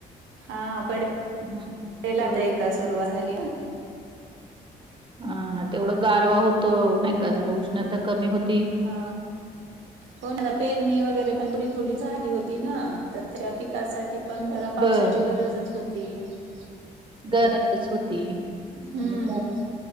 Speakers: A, on the right; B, on the right.
A: हा पडेल
B: हम्म तेवढंच
A: आता एकदा सुरुवात झाली ना.
B: ह तेवढं गारवा होत नाही का जरा उष्णता कमी होती.
A: हा हो ना पेरणी वगैरे पण पुढ ''--'' थोडी झाली होती ना तर त्या पिकासाठी पण जरा पावसाची
B: बरं.
A: गरजच होती. ती.
B: गरजच होती
A: हम्म
B: आणि पॉ ''--''